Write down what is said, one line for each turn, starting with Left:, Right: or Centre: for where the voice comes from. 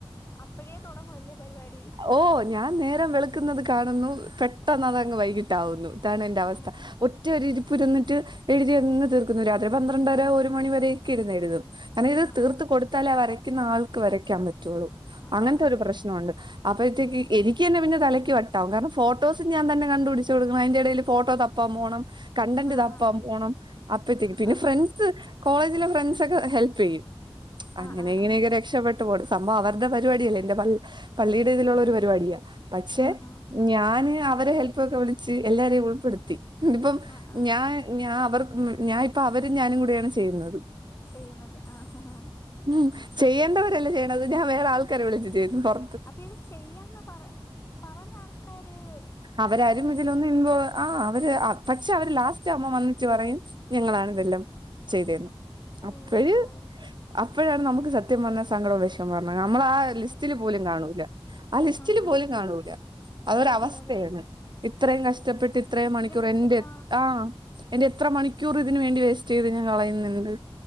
Left: അപ്പഴേ തൊടങ്ങും അല്ലേ പരിപാടി
Right: ഓഹ് ഞാൻ നേരം വെള്ക്ക്ന്നത് കാണുന്നു പെട്ടെന്ന് അത് അങ്ങ് വൈക്ട്ടാവുന്നു ഇതാണ് എന്റെ അവസ്ഥ
Left: ആഹ്
Right: ഒറ്റാ ഒര് ഇര് പ്പ് ഇര്ന്നിട്ട് എഴുതി അങ്ങ് തീർക്കുന്നു രാത്രി പന്ത്രണ്ടാര ഒരു മണി വെരെക്കേ ഇര്ന്ന് എഴുതും അതായത്
Left: ആഹ്
Right: തീർത്ത്
Left: ആഹ്
Right: കൊടുത്താലേ ആ വാരയ്ക്കുന്ന ആൾക്ക് വരയ്ക്കാൻ പറ്റോള്ളൂ അങ്ങനത്തെ
Left: ആഹ് ആഹ്
Right: ഒര് പ്രശ്നോണ്ട് അപ്പഴത്തേക്ക് എനി ക്ക് അന്നെ പിന്നെ തലയ്ക്ക് വട്ടാവും കാരണം ഫോട്ടോസ് ഞാൻ തന്നെ കണ്ട് പിടിച്ച് കൊടുക്കണം അയിന്റെ എടെല് ഫോട്ടേ താ പ്പം പോണം കണ്ടാന്റ്
Left: ആഹ്
Right: തപ്പാൻ
Left: ആഹ് ആഹ്
Right: പോണം അപ്പത്തേക്ക് പിന്നെ
Left: ആഹ്
Right: ഫ്രണ്ട്സ് കോളേജിലെ ഫ്രണ്ട്സേക്കെ ഹെൽപ് ചെയ്യും
Left: ആഹ്
Right: അങ്ങനെ
Left: ആഹ്
Right: ഇങ്ങനെയൊക്കെ
Left: ആഹ്
Right: രക്ഷപ്പെട്ട് പോണ് സംഭവം അവർ ടെ പരിപാടിയല്ലേ എന്റെ പ പള്ളിടെ ഇതിലോള്ള ഒര് പരിപാടിയാ പശെ
Left: ആഹ് ആഹ്
Right: ഞാന് അവരെ ഹെൽപ് ഒക്കെ വിളിച്ച് എല്ലാരേം ഉൾപ്പെടുത്തി ഇപ്പം
Left: ആഹ് ആഹ്
Right: ഞാൻ ഞാ അവർ ഞാൻ ഇപ്പ അവര് ഞാനും കൂടെയാണ് ചെയ്യുന്നത്
Left: ചെയ്യുന്നത് ആഹ് ആഹ്
Right: ഉം ചെയ്യേണ്ടവരാ അല്ലേ ചെ ഞാൻ വേറെ ആൾക്കാരെ വിളിച്ച് ചെയ്തു പൊറ
Left: അപ്പൊ ഇത് ചെയ്യാന്ന് പറ പറഞ്ഞാ ആൾക്കാര്
Right: അവരാരും
Left: ഇനി
Right: ഇതിലൊന്നും ഇൻവൊ ആഹ് അവര് ആഹ് പശേ അവര് ലാസ്റ്റ് ആമ്പോ വന്നിട്ട് പറയും ഞങ്ങളാണ്
Left: ആഹ്
Right: ഇതെല്ലാം ചെയ്തേന്ന്
Left: ഓഹ്
Right: അപ്പാഴ് അപ്പഴാണ് നമ്മ്ക്ക് സത്യം പറഞ്ഞാ സങ്കടോം വേഷാമോം വെരാണേ നമ്മളാ ലിസ്റ്റില്
Left: സത്യം സത്യം
Right: പോലും കാണുല്ലാ ആ ലിസ്റ്റില്
Left: ആഹ് ആഹ്
Right: പോലും കാണൂല്ലാ അതൊര്
Left: അതെ
Right: അവസ്
Left: അതെ
Right: തെന്ന് ഇത്രം കഷ്ടപ്പെട്ട് ഇത്രം
Left: ഇത്രയും
Right: മണിക്കൂറ്
Left: കഷ്ടപ്പെട്ട്
Right: എന്റെ ആഹ് എന്റെ എത്ര മണിക്കൂറ് ഇതിന് വേണ്ടി വേസ്റ്റ് ചെയ്ത് ഞാൻ കളയ്ന്നോണ്ട്